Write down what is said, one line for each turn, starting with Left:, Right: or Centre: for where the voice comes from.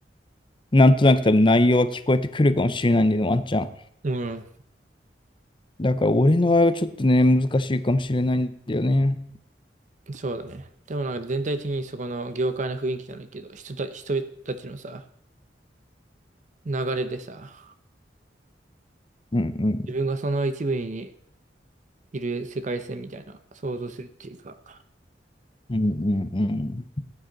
Left: なんとなく多分内容は聞こえてくるかもしれないんだよね、ワンチャン。
Right: うん。
Left: だから俺の場合はちょっとね、難しいかもしれないんだよね。
Right: そうだね。でもなんか全体的にそこの業界の雰囲気じゃないけど、人た、人たちのさ、流れでさ、
Left: うんうん。
Right: 自分がその一部にいる世界線みたいな想像するっていうか、
Left: うんうんうん。